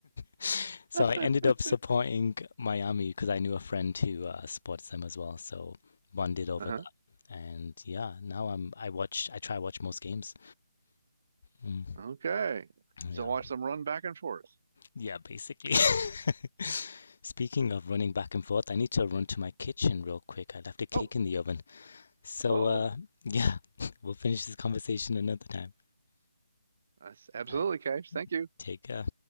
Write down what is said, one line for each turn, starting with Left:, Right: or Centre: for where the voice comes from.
Left: <laughs> so
Right: <laughs>
Left: I ended up supporting Miami because I knew a friend who uh, supports them as well so bonded over
Right: Uh-huh.
Left: that and yeah now I'm I watch I try watch most games mm,
Right: Okay.
Left: yeah
Right: So watch them run back and forth.
Left: Yeah, basically. <laughs> Speaking of running back and forth, I need to run to my kitchen real quick. I left a cake
Right: Oh,
Left: in the oven. So,
Right: oh.
Left: uh, yeah, <laughs> we'll finish this conversation another time.
Right: That's absolutely,
Left: All right,
Right: Cage. Thank you.
Left: take care.